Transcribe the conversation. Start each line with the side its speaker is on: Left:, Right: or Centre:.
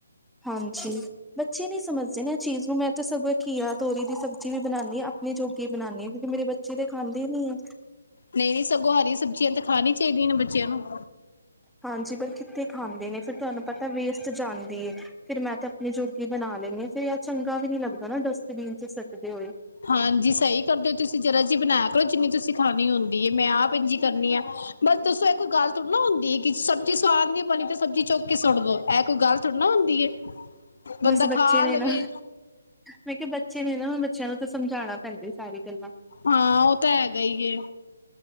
Centre: ਹਾਂਜੀ। ਬੱਚੇ ਨਹੀਂ ਸਮਝਦੇ ਨੇ। ਚੀਜ਼ ਨੂੰ ਮੈਂ ਤਾਂ ਸਗੋਂ ਖੀਆ ਤੋਰੀ ਦੀ ਸਬਜ਼ੀ ਵੀ ਬਣਾਉਂਦੀ ਆਪਣੀ ਜੋਗੀ ਬਣਾਉਂਦੀ ਹਾਂ। ਕਿਉਂਕ ਮੇਰੇ ਬੱਚੇ ਤਾਂ ਖਾਂਦੇ ਹੀ ਹੈ।
Left: ਨਹੀਂ -ਨਹੀਂ ਸਗੋਂ ਹਰੀ ਸਬਜ਼ੀਆਂ ਤਾਂ ਖਾਣੀ ਚਾਹੀਦੀਆਂ ਨੇ ਬੱਚਿਆਂ ਨੂੰ।
Centre: ਹਾਂਜੀ। ਪਰ ਕਿੱਥੇ ਖਾਂਦੇ ਨੇ, ਫਿਰ ਤੁਹਾਨੂੰ ਪਤਾ ਵੇਸਟ ਜਾਂਦੀਏ। ਫਿਰ ਮੈਂ ਤਾਂ ਆਪਣੀ ਜੋਗੀ ਬਣਾ ਲੈਂਦੀ ਹਾਂ। ਫਿਰ ਯਾਰ ਚੰਗਾ ਵੀ ਨੀ ਲੱਗਦਾ ਨਾ ਡਸਟਬੀਨ ਚ' ਸੁੱਟਦੇ ਹੋਏ।
Left: ਹਾਂਜੀ, ਸਹੀ ਕਰਦੇ ਹੋ ਤੁਸੀਂ ਜ਼ਰਾ ਜਿਹੀ ਬਣਾਇਆ ਕਰੋ ਜਿੰਨੀ ਤੁਸੀਂ ਖਾਣੀ ਹੁੰਦੀ ਹੈ। ਮੈਂ ਆਪ ਇਝਂ ਕਰਨੀ ਹੈ। ਬਸ ਦੱਸੋ ਇਹ ਕੋਈ ਗੱਲ ਸੜਨਾ ਹੁੰਦੀ ਕਿ ਸਬਜ਼ੀ ਸੁਵਾਦ ਨੀ ਬਣੀ ਤੇ ਸਬਜ਼ੀ ਚੁੱਕ ਕੇ ਸੁੱਟ ਦੋ। ਇਹ ਕੋਈ ਗੱਲ ਥੋੜਾ ਨਾ ਹੁੰਦੀ। ਬੰਦਾ
Centre: ਬਸ ਬੱਚੇ
Left: ਖਾ
Centre: ਨੇ
Left: ਲਵੇ।
Centre: ਨਾ ਮੈਂ ਕਿਹਾ, ਬੱਚੇ ਨੇ ਨਾ ਹੁਣ ਬੱਚਿਆਂ ਨੂੰ ਤਾਂ ਸਮਝਾਉਣਾ ਪੈਂਦਾ ਸਾਰੀ ਗੱਲਾਂ।
Left: ਹਾਂ, ਔ ਤਾਂ ਹੈਗਾ ਹੀ ਏ।